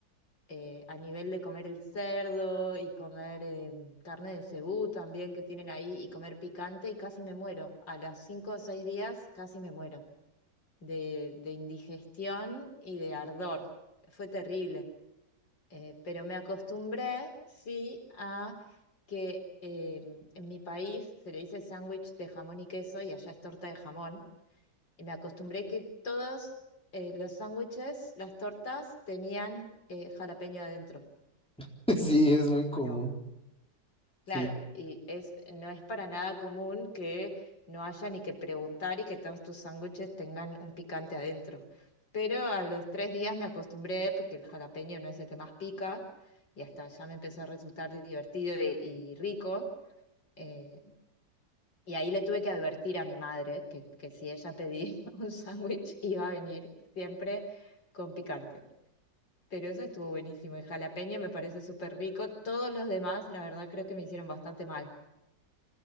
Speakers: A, on the left; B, in the centre.
A: eh, a nivel de comer el cerdo y comer eh, carne de cebú también que tienen ahí y comer picante y casi me muero. A las cinco o seis días casi me muero de, de indigestión y de ardor. Fue terrible. Eh, pero me acostumbré, sí, a que eh, en mi país se le dice sándwich de jamón y queso y allá es torta de jamón. Y me acostumbré que todos eh, los sándwiches, las tortas, tenían eh, jalapeño adentro,
B: <laughs> Sí, es muy común.
A: ¿o no?
B: Sí.
A: Claro, y es, no es para nada común que no haya ni que preguntar y que todos tus sándwiches tengan un picante adentro. Pero a los tres días me acostumbré porque el jalapeño no es el que más pica y hasta ya me empezó a resultar divertido y, y rico. eh, y ahí le tuve que advertir a mi madre que, que si ella pedía <laughs> un sándwich iba a venir siempre con picante. Pero eso estuvo buenísimo. El jalapeño me parece súper rico. Todos los demás, la verdad, creo que me hicieron bastante mal.